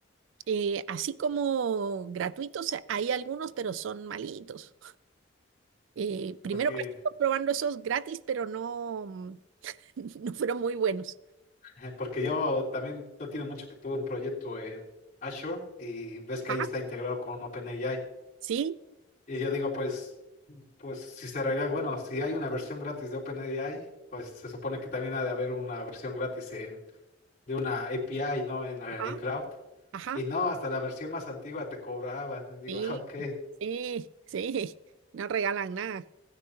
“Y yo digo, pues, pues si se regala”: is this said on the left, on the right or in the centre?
Left